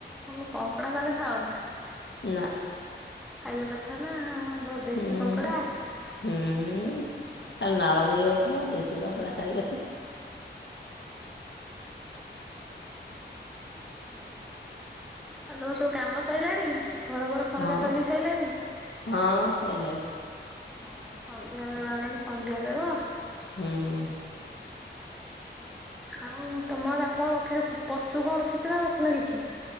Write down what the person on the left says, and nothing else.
ନା।
ହୁଁ।
ଖାଲି ନାଳ ବହି ଯାଉଥିବ ଦେଶୀ କଙ୍କଡ଼ା ଖାଇବେ
ହଁ
ହଁ ସଇଲାଣି
ଉଁ ହୁଁ।